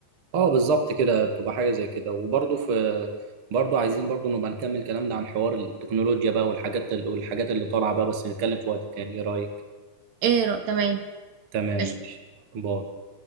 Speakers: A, on the right (about 40°); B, on the right (about 70°).
A: اه بالظبط كده بتبقى حاجه زي كده وبرضه في برضه عايزين برضه نبقى نكمل كلامنا عن حوار التكنولوجيا بقى والحاجات ال... والحاجات اللي طالعه بقى بس نتكلم في وقت تاني ايه رايك
B: ايه رأ... تمام
A: تمام
B: قشطه
A: ماشي. باي